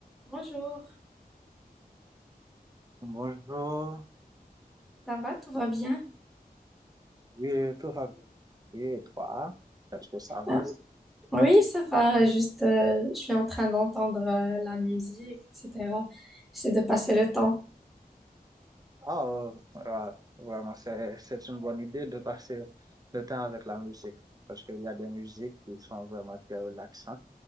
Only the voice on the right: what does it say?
Bonjour,
oui, tout va bien. Oui, et toi, est-ce que ça va?
Ah, euh, ah, vraiment, c'est, c'est une bonne idée de passer le temps avec la musique parce qu'il y a des musiques qui sont vraiment très relaxantes,